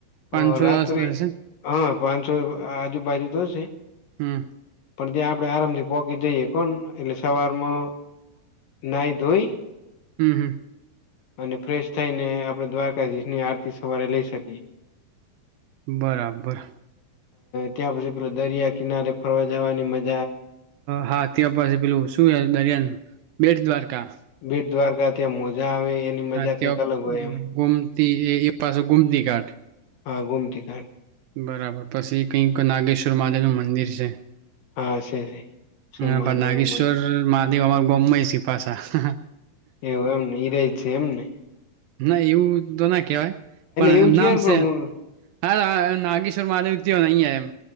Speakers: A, on the right; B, on the left.
A: પાંચસો
B: હ રાત્રે
A: આસપાસ હશે ને
B: હા પાંચ છો આજુબાજુ તો હશે
A: હમ
B: પણ ત્યાં આપડે આરામ થી પોકી જઈએ કોણ એટલે સવારમાં નાહી ધોઈ
A: હમ હમ
B: અને ફ્રેશ થઈને આપડણે દ્વારકાધી ની આરતી સવારે લઈ શકીએ.
A: બરાબર.
B: ત્યાં પછી પે દરિયા કિનારે ફરવા જવાની મજા
A: હા ત્યાં પાસે પેલું શું દરિયાન બેટ દ્વારકા.
B: બેટ દ્વારકા ત્યાં મોજા આવે એની મજા
A: હા ત્યાં
B: કંઈક અલગ હોય એમ.
A: ગોમતી એ, એ પાસે ગુમતી ઘાટ.
B: હા ઘુમતી ખ
A: બરાબર પછી એ કઈક નાગેશ્વર મહાદેવનું મંદિર છે.
B: હા છે. છે
A: હ
B: મહાદેવ
A: નાગેશ્વર
B: નું મંદિર
A: માાદેવ અર ગમમે છે. પાશા હાહા.
B: એવું એમ ઈરાય છે. એમને.
A: ના એવું તો ના કહેવાય, પણ
B: એવું
A: એમ
B: જ
A: નામ
B: કેવાય પણ
A: છે.
B: હું
A: હા નાગેશ્વર માદવ નહીં એમ